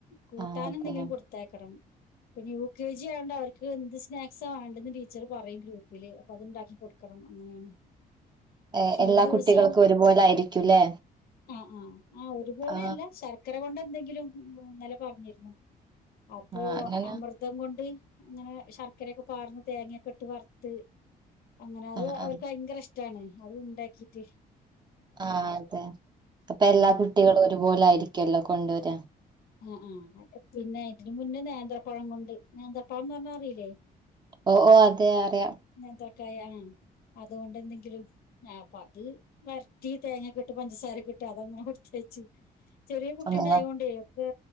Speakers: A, on the left; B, on the right.
A: കൂട്ടാനെന്തെങ്കിലും
B: ആ അതെ
A: കൊടുത്തയക്കണം പിന്നെ യു കെ ജി ആയോണ്ട് അവർക്ക് ക്ക് എന്ത് സ്നാക്സ വേണ്ടെന്ന് ടീച്ചർ പറയും ഗ്രൂപ്പില് അപ്പൊ അത്ണ്ടാക്കി കൊടുക്കണം അങ്ങനെയാണ്
B: എ-
A: ക്ഷെ
B: എല്ലാ
A: ഒരു ദിവസം
B: കുട്ടികൾക്കും ഒരുപോലെ ആയിരിക്കുംല്ലേ
A: ആഹ ആഹ. ആ ഒരുപോലെയല്ല
B: ആ
A: ശർ ക്കര കൊണ്ടെന്തെങ്കിലും ഉം ഇന്നലെ പറഞ്ഞിരുന്നു അപ്പോ
B: ആ അങ്ങനെ
A: അമൃതം കൊണ്ട് അങ്ങനെ ശർക്കരൊക്കെ പാർന്ന് തേങ്ങയൊക്കെ ട്ട് വറ്ത്ത് അങ്ങനെ അത്
B: ആ ആ
A: അവർക്ക് ഭയങ്കര ഇഷ് ടാണ് അത് ഇണ്ടാക്കിട്ട്
B: ആഹ അതെ അപ്പൊ എല്ലാ
A: ഉം
B: കുട്ടികളും ഒരുപോലെയായിരിക്കല്ലോ കൊണ്ടുവര.
A: ആഹ ആഹ അ പിന്നെ ഇതിന് മുന്നേ നേന്ത്രപ്പഴം കൊണ്ട് നേന്ത്രപ്പഴം പറഞ്ഞ അറീലെ?
B: ഓ ഓ അതെ അറിയ.
A: നേന്ത്രക്കായ ആഹ അതുകൊണ്ട് ന്തെങ്കിലും ആ അപ്പൊ അത് വരട്ടി തേങ്ങക്ക് ട്ട് പഞ്ചസാരക്കെ ട്ട് അതങ്ങനെ കുട്ച്ച് വെച്ച്. ചെറിയ കുട്ടി
B: അല്ല
A: ഉണ്ടായോണ്ടേ ഒക്കെ